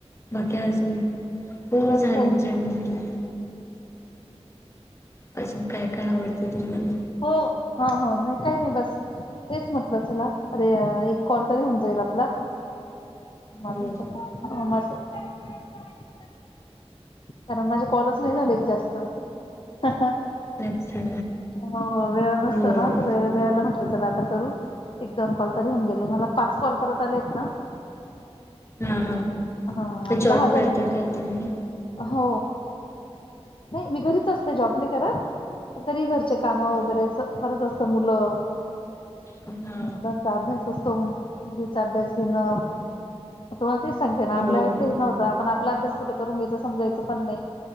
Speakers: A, on the left; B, on the left.
A: बाकी अजून हो
B: बस
A: झालं
B: काही नाही
A: जेवण वगैरे, अजून काय काय आवडते? तुम्हाला
B: हो हा हा नाही काही नाही बस तेच म्हटलं चला अरे एक कॉल तरी हून जाईल आपला <inaudible>
A: हो
B: कारण माझे कॉलच नाही झालेत जास्त हंहं
A: अच्छा
B: हो वेळ नसतो
A: हो
B: ना वेळ वेळेला म्हटलं चला आता करू एक दोन कॉल तरी होऊन गेले मला पाच कॉल परत आलेत ना
A: हा हा
B: हा
A: ते
B: आधी
A: जॉब
B: दहा झाले
A: करता काय तुम्ही?
B: हो नाही मी घरीच असते जॉब नाही करत तरी घर चे काम वगैरे
A: हा
B: अस बरच असतं मुलं
A: हा
B: मुलांचा <unintelligible> अभ्यास घेणं
A: हो
B: तुम्हाला तेच सांगते ना
A: हो
B: आपल्यावेळी तेच नव्हतं आपण आपला अभ्यास कुठ करून घ्यायचं समजायचं पण नाही.